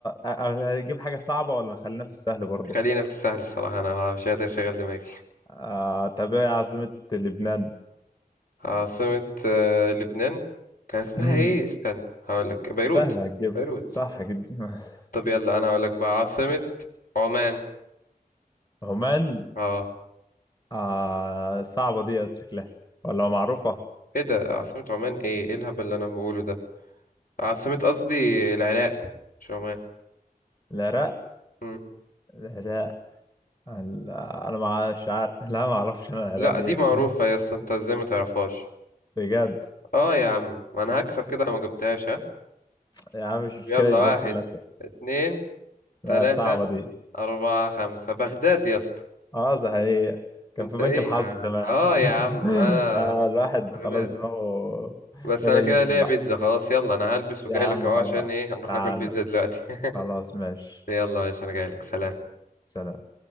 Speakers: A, on the left (about 25°); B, on the left (about 65°).
A: آه، هجيب حاجة صعبة ولا خلينا في السهل برضه
B: خلينا في السهل الصراحة أنا مش قادر أشغل دماغي
A: آه، طب ايه عاصمة لبنان
B: <laughs> عاصمة آه، لبنان كان اسمها
A: <clears throat>
B: إيه استنى هقولك بيروت
A: سهلة هتجيبها
B: بيروت
A: صح كده <laughs>
B: طب يلا أنا هقولك بقى عاصمة عمان
A: عمان
B: آه
A: آه صعبة ديت شكلها ولا معروفة
B: إيه ده عاصمة عمان إيه إيه الهبل اللي أنا بقوله ده عاصمة قصدي العراق مش عمان
A: العراق
B: مم.
A: العراق ال- أنا ما مش عارف لا ما أعرفش أنا العراق
B: لا
A: دي
B: دي
A: إيه
B: معروفة يا اسطى أنت إزاي ما تعرفهاش
A: بجد
B: آه يا عم ما أنا هكسب كده لو ما جبتهاش ها
A: يا عم مش مشكلة
B: يلا
A: يبقى
B: واحد
A: أنت اللي
B: اتنين تلاتة
A: لا صعبة دي
B: أربعة خمسة بغداد يا اسطى
A: أه صحيح كان
B: انت
A: في بنك
B: ايه
A: الحظ
B: يا عم
A: زمان
B: اه
A: <laughs>
B: يا عم انا
A: آه الواحد
B: بغداد
A: خلاص دماغه
B: بس
A: بدأ
B: انا كده
A: ينسى
B: ليا
A: بقى
B: بيتزا خلاص يلا انا هلبس وجاي
A: يا عم
B: لك اهو
A: خلاص
B: عشان ايه هنروح
A: تعال
B: ناكل بيتزا دلوقتي <laughs>
A: خلاص ماشي
B: يلا يا باشا انا جاي لك سلام
A: سلام